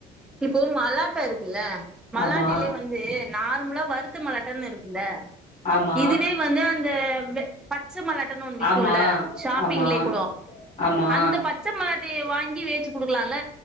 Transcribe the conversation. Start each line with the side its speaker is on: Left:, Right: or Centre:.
Centre: இப்போ மழ <unintelligible> இல்ல மல்லாட்டலயே
Left: ஆமா
Centre: வந்து நார்மலா வருத்த மலாட்டன்னு இருக்குல்ல
Left: ஆமா
Centre: இதுவே வந்து அந்த இந்த பட் பச்சை மல்லாட்டனு ஒன்னு விக்கும்ல்ல
Left: ஆமா
Centre: ஷாப்பிங்ல
Left: ஆமா
Centre: கூடே
Left: ஆமா
Centre: அந்த பச்சை மல் வாங்கி வேவுச்சு கொடுக்கலாம்ல